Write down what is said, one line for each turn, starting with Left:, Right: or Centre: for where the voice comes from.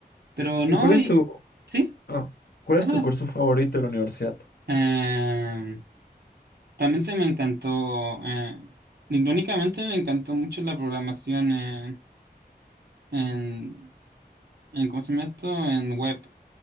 Right: pero no,
Left: ¿Y cuál es
Right: y
Left: tu
Right: sí,
Left: Ah, ¿cuál
Right: no.
Left: es tu curso favorito de la universidad?
Right: no. Realmente me encantó, eh, irónicamente me encantó mucho la programación en, en, en, ¿cómo se llama esto? En web.